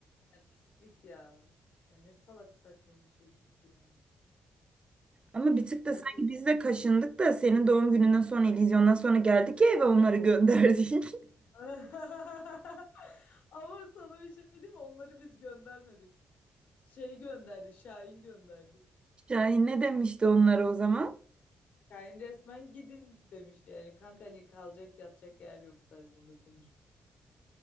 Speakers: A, on the left; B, on the right.
A: Ya pislik ya. Ya ne salak saçma bir çocuktu ya.
B: Ama bir tık
A: Gerçekten.
B: da sanki biz de kaşındık da senin doğum gününden sonra, illüzyondan sonra geldik ya eve onları gönderdik. <laughs>
A: <laughs> Ama sana bir şey diyeyim mi? Onları biz göndermedik. Şey gönderdi, Şahin gönderdi.
B: Şahin ne demişti onlara o zaman?
A: Şahin resmen gidin demişti yani. Kanka hani kalacak yatacak yer yok tarzında konuşmuş.